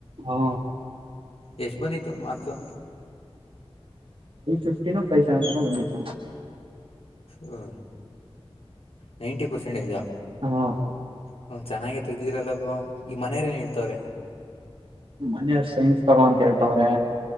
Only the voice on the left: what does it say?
ಎಷ್ಟ ಬನ್ನಿತ್ತು ಮಾರ್ಕ್ಸು
ಹ ನೈಂಟಿ ಪರ್ಸೆಂಟ್ ಇದಾ
ಹ್ಮ ಚೆನ್ನಾಗೆ ತೆಗ್ದಿದ್ರಲ್ಲ ಬ್ರ ಈ ಮನೆಯರೇಏನ್ ಹೇಳ್ತವ್ರೆ